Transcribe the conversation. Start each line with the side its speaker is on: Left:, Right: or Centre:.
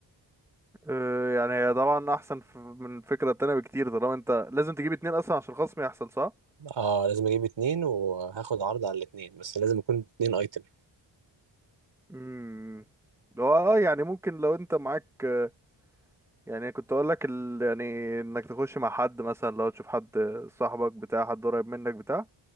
Centre: آه، يعني هي طبعا احسن ف- من الفكرة التانية بكتير طالما انت لازم تجيب اتنين اصلا عشان الخصم يحصل صح
Right: آه لازم أجيب اتنين وهاخد عرض على الاتنين بس لازم يكون اتنين أيتم
Centre: امم هو اه يعني ممكن لو انت معاك آه، يعني كنت اقول لك ال... يعني انك تخش مع حد مثلا لو تشوف حد صاحبك بتاع حد قريب منك بتاع